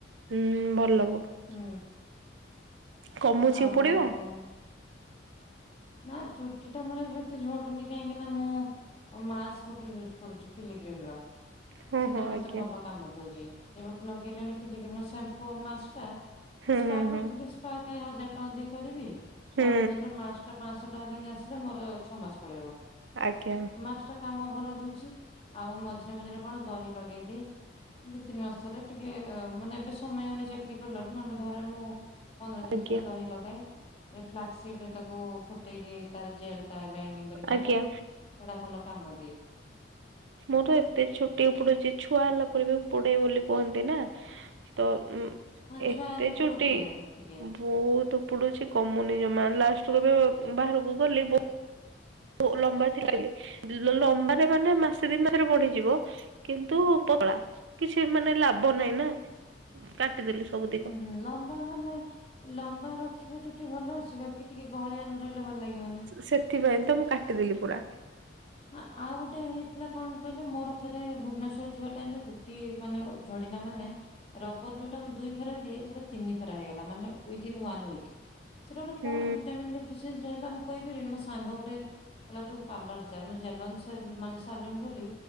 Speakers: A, on the right; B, on the left.
A: ହୁଁ ଭଲ। <unintelligible>
B: ହୁଁ
A: କମୁଛି
B: ଆଉ
A: ଉପୁଡିବା
B: ନା ଚୁଟି ଟା ମୋର ଏବେ ତ ଝଡୁନି କାହିଁକି ନା ମୁଁ ମାସ୍କ ଗୋଟେ ୟୁଜ କରୁଛି ପିଲିକ୍ରିମ ର
A: ହଁ
B: ସେଟା
A: ହଁ
B: ମତେ
A: ଆଜ୍ଞା
B: ଭଲ କାମ ଦଉଛି। ଯେବେଠୁ ଲଗେଇଲିଣି ପିଲିକ୍ରିମ୍ ସାମ୍ପୁ ମାସ୍କ ଟା
A: ହୁଁ
B: ସ୍ପା
A: ହୁଁ ହୁଁ।
B: କରୁଥିଲି। ସ୍ପା କାଇଁ ହଜାର ଟଙ୍କା ଦେଇ କରିବି
A: ହୁଁ
B: ତା ବଦରେ ମା ପାଞ୍ଚଶହ ଟଙ୍କା ଦେଇ ନେଇ ଆସିଲେ ମୋର ଛଅ ମାସ ପଳେଇବ।
A: ଆଜ୍ଞା।
B: ମାସ୍କ ଟା କାମ ଭଲ ଦଉଛି। ଆଉ ମଝିରେ ମଝିରେ କଣ ଦହି ଲଗେଇଦିଏ ଦି ତିନି ମାସ ଥରେ, ଟିକେ ମାନେ ଏବେ ସମୟ ହଉନି ଚାକିରି କଲାଠୁ ନହେଲେ ଘରେ ମୁଁ ପନ୍ଦର ଦିନ
A: ଆଜ୍ଞା
B: ଥରେ ଦହି ଲଗାଏ। ଏ ଫ୍ଲାକ୍ ସିଡ୍ ରେ ତାକୁ ଫୁଟେଇକି ତାର ଜେଲ୍ ଟା ଗ୍ରାଇଣ୍ଡିଙ୍ଗ କରିକି
A: ଆଜ୍ଞା।
B: ଲଗାଏ। ସେଇଟା ଭଲ କାମ ଦିଏ।
A: ମୋର ଏତେ ଛୁଟି ଉପୁଡୁଛି, ଛୁଆ ହେଲା ପରେ ବି ପୁଡେଇ ବୋଲି କୁହନ୍ତି ନା? ତ ଉ
B: ନା
A: ଏତେ
B: ଛୁଆ ହେଲା ପରେ
A: ଚୁଟି?
B: ଉପୁଡେ ଟିକେ
A: ବୋହୁତ୍ ଉପୁଡୁଛି କମୁନି ଜମା। ଲାଷ୍ଟ କୁ ଏବେ ବାହାରକୁ ଗଲି ଓ ଲମ୍ବା ଥିଲା ବି, ଲମ୍ବାରେ ମାନେ ମାସେ ଦି ମାସରେ ବଢିଯିବ କିନ୍ତୁ ପତଳା କିଛି ମାନେ ଲାଭ ନହିଁ ନା, କାଟିଦେଲି। ସବୁତିକ
B: ହୁଁ ହୁଁ। ଲମ୍ବା ମାନେ? ଲମ୍ବା ରଖିବ ଚୁଟି ଭଲ ଅଛି ବାକି ଟିକେ ଗଳିଆ ନ ରହିଲେ ଭଲ ଲାଗିବନି
A: ସେଥିପାଇଁ ତ ମୁଁ କାଟିଦେଲି ପୁରା।
B: ଆ ଆଉ ଗୋଟେ ହେଇଥିଲା କଣ କହିଲେ? ମୋର ଥରେ ଭୁବନେଶ୍ବର ରେ ଥିବା ଟାଇମ୍ ରେ ଚୁଟି ମାନେ ଝଡିଲା ମାନେ ରବର ଯୋଉଟା ମୁଁ ଦୁଇ ଫେର ଦିଏ ସେଟା ତିନି ଫେରା ହେଇଗଲା। ମାନେ ଉଦ୍ଦିନ ୱାନ ୱିକ୍ ସେଟା ଗୋଟେ
A: ହୁଁ
B: କଣ ଭି ଗୋଟେ ମିନିଟ୍ ପିସେସାଂ ମୁଁ କହିପାରିବିନି ମୋ ସାଙ୍ଗ ଗୋଟେ କହିଲା ତୁ ପାର୍ଲର ଯା। ମୁଁ ଜେଲନ୍ ମାନେ ସାଲୁନ୍ ଗଲି